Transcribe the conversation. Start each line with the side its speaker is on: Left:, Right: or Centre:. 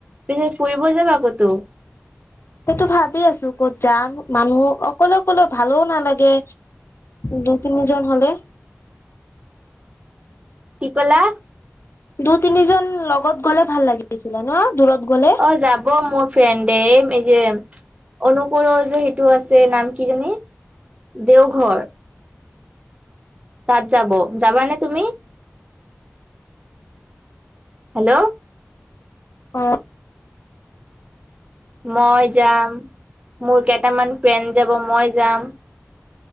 Right: পিছে ফুৰিব যাবা ক'তো
Left: সেইটো ভাবি আছো ক'ত যাম! মানুহ অকলে অকলে ভালো নালাগে। দু-তিনিজন হ'লে
Right: <inaudible> কি ক'লা?
Left: দুই, তিনিজন লগত গ'লে ভাল লাগিছিলে ন? দূৰত গ'লে
Right: অ' যাব মোৰ ফ্ৰেণ্ডে। এই যে অনুকলৰ যে সেইটো আছে। যে নাম কিজানি? দেওঘৰ তাত যাব, যাবানে তুমি? হেল্ল'।
Left: অ'।
Right: মই যাম মোৰ কেইটামান ফ্ৰেণ্ড যাব। মই যাম।